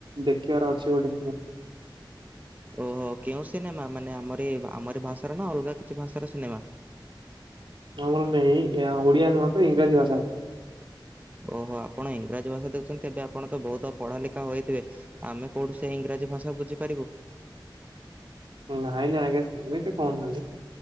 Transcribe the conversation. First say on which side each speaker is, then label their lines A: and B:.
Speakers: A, on the right; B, on the right.
A: ଦେଖିବାର ଅଛି ଗୋଟେ ଫିଲ୍ମ।
B: ଓହୋ କେଉଁ ସିନେମା ମାନେ ଆମରି ଆମରି ଭାଷାର ନା ଅଲଗା କିଛି ଭାଷାର ସିନେମା?
A: ଆମର ନାହିଁ ଓଡ଼ିଆ ନୁହ ତ ଇଂରାଜୀ ଭାଷା।
B: ଓହୋ ଆପଣ ଇଂରାଜୀ ଭାଷା ଦେଖୁଛନ୍ତି ଏବେ ଆପଣ ତ ବହୁତ ପଢା ଲେଖା ହୋଇଥିବେ ଆମେ କୋଉଠୁ ସେ ଇଂରାଜୀ ଭାଷା ବୁଝିପାରିବୁ।
A: ନାଇଁ ନାଇଁ ଆଜ୍ଞା ସେମିତି କୁହନ୍ତୁନି